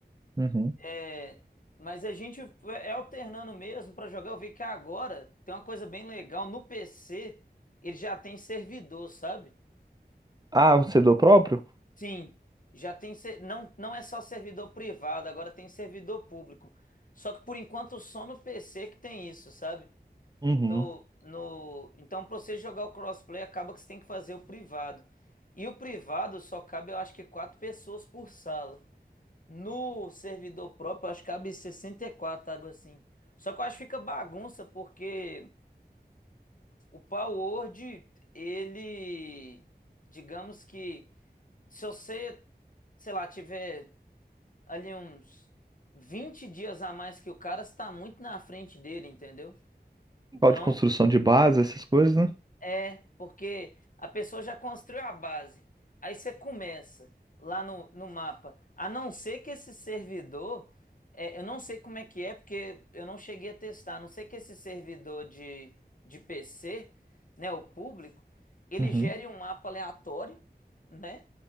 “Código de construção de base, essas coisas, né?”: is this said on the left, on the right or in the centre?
Right